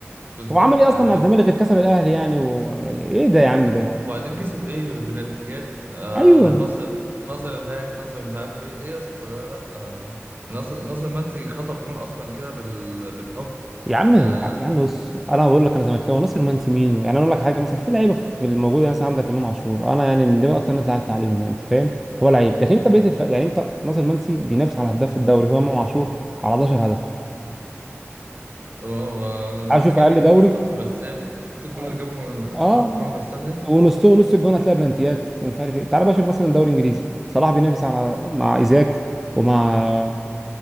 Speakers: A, on the right; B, in the centre.
A: بالظبط
B: هو عمل ايه اصلا
A: يعني
B: مع الزمالك غير كسب الاهلي يعني و... يعني ايه ده يا عم ده
A: وبعدين كسب ايه بنالتيات آه
B: ايوه
A: ناصر ناصر هاج ناصر مش عارف ايه ايه يا اسطى ده لا آه ناصر ناصر منسي خطف جون اصلا كده بال... بالحب
B: يا عم
A: آه
B: يا عم بص انا بقول لك انا زملكاوي ناصر منسي مين و- يعني انا اقول لك حاجه مثلا في لعيبه في الموجوده مثلا عندك امام عاشور انا يعني من دول اكتر ناس زعلت عليهم يعني انت فاهم هو لعيب
A: مم.
B: لكن انت بقيت الف... يعني انت ناصر منسي بينافس على هداف الدوري هو امام عاشور على 11 هدف
A: هو هو لسه
B: عايز اشوف
A: جايب
B: اقل
A: جون
B: دوري
A: اصلا في بسام شفت الجون
B: اه
A: اللي جابه من
B: آه.
A: خطف الكورة من بسام دي
B: ونصه ونص الجون هتلاقي بلانتيات ومش عارف ايه تعال بقى شوف مثلا دوري انجليزي صلاح بينافس على مع ايزاك ومع